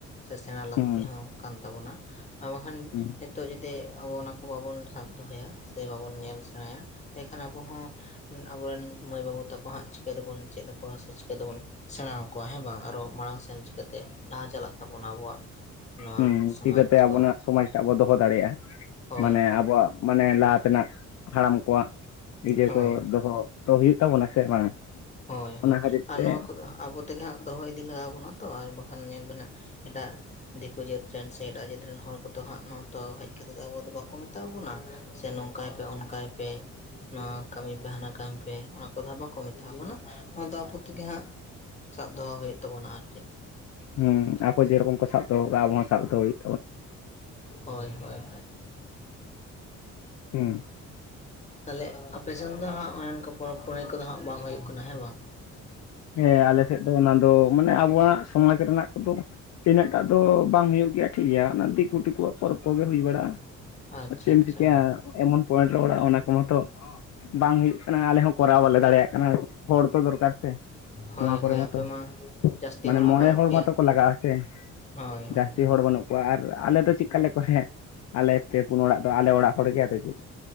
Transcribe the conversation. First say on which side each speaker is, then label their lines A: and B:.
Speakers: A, on the left; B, on the left.
A: ᱥᱮ ᱥᱮᱬᱟ ᱞᱟᱹᱠᱛᱤ
B: ᱦᱮᱸ
A: ᱦᱚᱸ ᱠᱟᱱ ᱛᱟᱵᱳᱱᱟ᱾ ᱟᱨ ᱵᱟᱠᱷᱟᱱ
B: ᱦᱮᱸ
A: ᱱᱤᱛᱚᱜ ᱡᱩᱫᱤ ᱟᱵᱚ ᱚᱱᱟ ᱠᱚ ᱵᱟᱵᱚᱱ ᱥᱟᱵ ᱫᱚᱦᱚᱭᱟ ᱥᱮ ᱵᱟᱵᱚᱱ ᱧᱮᱞ ᱥᱮᱬᱟᱭᱟ ᱛᱮ ᱠᱷᱟᱱ ᱟᱵᱚ ᱦᱚᱸ ᱟᱵᱚᱨᱮᱱ ᱢᱟᱹᱭ ᱵᱟᱹᱵᱩ ᱛᱟᱠᱚ ᱦᱟᱸᱜ ᱪᱤᱠᱟᱹ ᱛᱮᱵᱚᱱ ᱪᱮᱫ ᱟᱠᱚᱣᱟ ᱥᱮ ᱪᱤᱠᱟᱹ ᱛᱮᱵᱚᱱ ᱥᱮᱬᱟᱣ ᱟᱠᱚᱣᱟ ᱦᱮᱸ ᱵᱟᱝ ᱟᱨᱚ ᱢᱟᱲᱟᱝ ᱥᱮᱱ ᱪᱤᱠᱟᱹᱛᱮ ᱞᱟᱦᱟ ᱪᱟᱞᱟᱜ ᱛᱟᱵᱚᱱᱟ ᱟᱵᱚᱣᱟᱜ ᱱᱚᱣᱟ
B: ᱦᱩᱸ
A: ᱥᱚᱢᱟᱡᱽ
B: ᱪᱤᱠᱟᱹᱛᱮ ᱟᱵᱚᱱᱟᱜ
A: ᱠᱚ
B: ᱥᱚᱢᱟᱡ ᱴᱟᱜ ᱵᱚ ᱫᱚᱦᱚ ᱫᱟᱲᱮᱭᱟᱜ-ᱟ᱾
A: ᱦᱳᱭ
B: ᱢᱟᱱᱮ
A: ᱦᱳᱭ
B: ᱟᱵᱚᱣᱟᱜ ᱢᱟᱱᱮ ᱞᱟᱦᱟ ᱛᱮᱱᱟᱜ ᱦᱟᱲᱟᱢ ᱠᱚᱣᱟᱜ ᱤᱡᱟᱹ
A: ᱦᱳᱭ
B: ᱠᱚ ᱫᱚᱦᱚ ᱛᱚ ᱦᱩᱭᱩᱜ ᱛᱟᱵᱚᱱᱟ ᱥᱮ ᱵᱟᱝ
A: ᱦᱳᱭ ᱦᱳᱭ
B: ᱚᱱᱟ ᱠᱷᱟᱹᱛᱤᱨ
A: ᱟᱨ
B: ᱛᱮ
A: ᱱᱚᱣᱟ ᱠᱚᱫᱚ ᱟᱵᱚ ᱛᱮᱜᱮ ᱦᱟᱸᱜ ᱫᱚᱦᱚ ᱤᱫᱤ ᱞᱟᱜᱟᱣ ᱵᱚᱱᱟ ᱛᱚ᱾ ᱟᱨ ᱵᱟᱠᱷᱟᱱ ᱧᱮᱞ ᱵᱮᱱ ᱦᱟᱸᱜ ᱮᱴᱟᱜ ᱫᱤᱠᱩ ᱡᱟᱹᱛ ᱨᱮᱱ ᱥᱮ ᱮᱴᱟᱜ ᱡᱟᱹᱛ ᱨᱮᱱ ᱦᱚᱲ ᱠᱚᱫᱚ ᱦᱟᱸᱜ ᱱᱚᱣᱟ ᱛᱚ ᱦᱮᱡ ᱠᱟᱛᱮᱜ ᱫᱚ ᱟᱵᱚ ᱫᱚ ᱵᱟᱠᱚ ᱢᱮᱛᱟᱣ ᱵᱚᱱᱟ, ᱥᱮ ᱱᱚᱝᱠᱟᱭ ᱯᱮ ᱚᱱᱠᱟᱭ ᱯᱮ᱾ ᱱᱚᱣᱟ ᱠᱟᱹᱢᱤ ᱯᱮ ᱦᱟᱱᱟ ᱠᱟᱹᱢᱤ ᱯᱮ ᱚᱱᱟ ᱠᱚᱫᱚ ᱵᱟᱠᱚ ᱢᱮᱛᱟᱣ ᱵᱚᱱᱟ᱾ ᱱᱚᱣᱟ ᱫᱚ ᱟᱵᱚ ᱛᱮᱜᱮ ᱦᱟᱸᱜ ᱥᱟᱵ ᱫᱚᱦᱚ ᱦᱩᱭᱩᱜ ᱛᱟᱵᱚᱱᱟ ᱟᱨ ᱪᱮᱫ᱾
B: ᱦᱮᱸ ᱟᱠᱚ ᱡᱮ ᱨᱚᱠᱚᱢ ᱠᱚ ᱥᱟᱵ ᱫᱚᱦᱚ ᱠᱟᱜ-ᱟ, ᱟᱵᱚ ᱦᱚᱸ ᱥᱟᱵ ᱫᱚᱦᱚ ᱦᱩᱭᱩᱜ-ᱟ᱾
A: ᱦᱳᱭ ᱦᱳᱭ ᱦᱳᱭ᱾
B: ᱦᱮᱸ
A: ᱛᱟᱞᱦᱮ ᱟᱯᱮ ᱥᱮᱱ ᱫᱚ ᱦᱟᱸᱜ ᱚᱱᱮ ᱚᱱᱠᱟ ᱯᱚᱨᱚᱵᱽ ᱯᱩᱱᱟᱹᱭ ᱠᱚᱫᱚ ᱦᱟᱸᱜ ᱵᱟᱝ ᱦᱩᱭᱩᱜ ᱠᱟᱱᱟ ᱦᱮᱸ ᱵᱟᱝ?
B: ᱦᱮᱸ ᱟᱞᱮ ᱥᱮᱫ ᱫᱚ ᱚᱱᱟ ᱫᱚ ᱢᱟᱱᱮ ᱟᱵᱚᱣᱟᱜ ᱥᱚᱢᱟᱡᱽ ᱨᱮᱱᱟᱜ ᱠᱚᱫᱚ ᱛᱤᱱᱟᱹᱜ ᱴᱟᱜ ᱫᱚ ᱵᱟᱝ ᱦᱩᱭᱩᱜ ᱜᱮᱭᱟ ᱴᱷᱤᱠ ᱜᱮᱭᱟ᱾ ᱚᱱᱟ ᱫᱤᱠᱩ ᱴᱤᱠᱩᱣᱟᱜ ᱯᱚᱨᱚᱵᱽ ᱠᱚ ᱜᱮ ᱦᱩᱭ ᱵᱟᱲᱟᱜ-ᱟ᱾
A: ᱟᱪᱪᱷᱟ
B: ᱟᱨ ᱪᱮᱫ ᱮᱢ
A: ᱟᱪᱪᱷᱟ
B: ᱪᱤᱠᱟᱹᱭᱟ
A: ᱦᱳᱭ
B: ᱮᱢᱚᱱ ᱯᱚᱭᱮᱱᱴ ᱨᱮ ᱚᱲᱟᱜ ᱚᱱᱟ ᱠᱚ ᱢᱟᱛᱚ ᱵᱟᱝ ᱦᱩᱭᱩᱜ ᱠᱟᱱᱟ᱾ ᱟᱞᱮ ᱦᱚᱸ ᱠᱚᱨᱟᱣ ᱵᱟᱞᱮ ᱫᱟᱲᱮᱭᱟᱜ ᱠᱟᱱᱟ᱾ ᱦᱮ ᱦᱚᱲ ᱛᱚ ᱫᱚᱨᱠᱟᱨ ᱥᱮ᱾
A: ᱦᱳᱭ
B: ᱱᱚᱣᱟ
A: ᱦᱳᱭ
B: ᱠᱚᱨᱮ
A: ᱟᱯᱮ
B: ᱢᱟᱛᱚ
A: ᱢᱟ ᱡᱟᱹᱥᱛᱤ
B: ᱢᱟᱱᱮ
A: ᱦᱚᱸ
B: ᱢᱚᱬᱮ
A: ᱵᱟᱹᱱᱩᱜ
B: ᱦᱚᱲ
A: ᱯᱮᱭᱟ
B: ᱢᱟᱛᱚ ᱠᱚ ᱞᱟᱜᱟᱜᱼᱟ ᱥᱮ
A: ᱦᱳᱭ ᱦᱳᱭ
B: ᱡᱟᱹᱥᱛᱤ
A: ᱦᱳᱭ
B: ᱦᱚᱲ ᱵᱟᱹᱱᱩᱜ ᱠᱩᱭᱟ ᱟᱨ ᱟᱞᱮ ᱫᱚ ᱪᱮᱫᱠᱟ ᱞᱮ ᱠᱚᱦᱮ ᱟᱞᱮ ᱯᱮ ᱯᱩᱱ ᱚᱲᱟᱜ ᱫᱚ ᱟᱞᱮ ᱚᱲᱟᱜ ᱦᱚᱲᱚᱜᱮ ᱟᱫᱚ ᱪᱮᱫ᱾